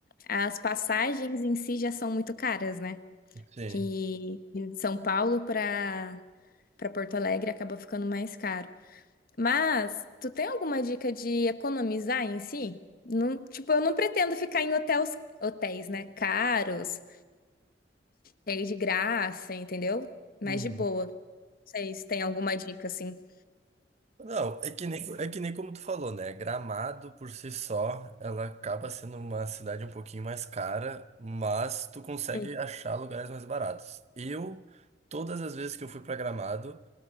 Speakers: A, on the left (about 55°); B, on the right (about 35°).
A: As passagens em si já são muito caras, né?
B: Sim.
A: Que de São Paulo para para Porto Alegre acaba ficando mais caro. Mas tu tem alguma dica de economizar em si? Não- tipo, eu não pretendo ficar em hotéis, hotéis, né? Caros, cheio de graça, entendeu? Mas
B: Uhum.
A: de boa. Não sei se tem alguma dica assim.
B: Não, é que nem, é que nem como tu falou, né? Gramado por si só, ela acaba sendo uma cidade um pouquinho mais cara, mas tu consegue
A: Hum.
B: achar lugares mais baratos. Eu, todas as vezes que eu fui pra Gramado,